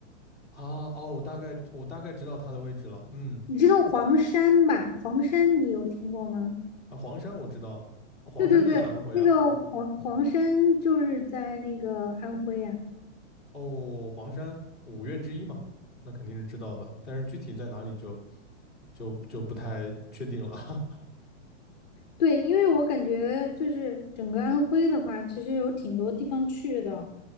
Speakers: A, in the centre; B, on the left.
A: 哦，我大概我大概知道他的位置了，嗯，
B: 你知道黄山吧？黄山你有听过吗？
A: 啊，黄山我知道，黄山就在安徽啊，
B: 对对对，那个黄黄山就是在那个安徽啊。
A: 哦，黄山五岳之一嘛，那肯定是知道的，但是具体在哪里就就就不太确定了，<laughs>
B: 对，因为我感觉就是整个安徽的话，其实有挺多地方去的。